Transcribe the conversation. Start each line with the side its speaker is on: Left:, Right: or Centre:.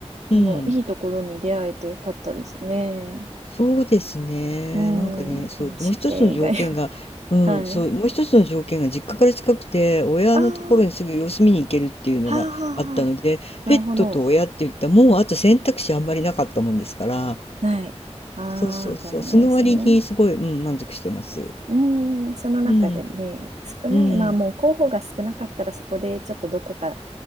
Left: うん、
Right: でも、いいところに出会えてよかったですね。
Left: そうですね、
Right: う
Left: なんかね、
Right: ん。
Left: そう、
Right: まあ、死刑以外は。
Left: もう一つの条件が、
Right: <laughs>
Left: うん、
Right: はい。
Left: そう、もう一つの条件が実家から近くて、親のところにすぐ様子見に行けるっていうのがあったので、
Right: ああ、はあ、はあ、はあ。なるほど。
Left: ペットと親って言ったら、もうあと選択肢あんまりなかったもんですから、
Right: はい。ああ、
Left: そうそうそう。
Right: そうなんですね。
Left: その割にすごい、うん、満足してます。
Right: うん。その中でね、
Left: うん、
Right: 少ない。
Left: うん。
Right: まあ、もう候補が少なかったら、そこでちょっとどこか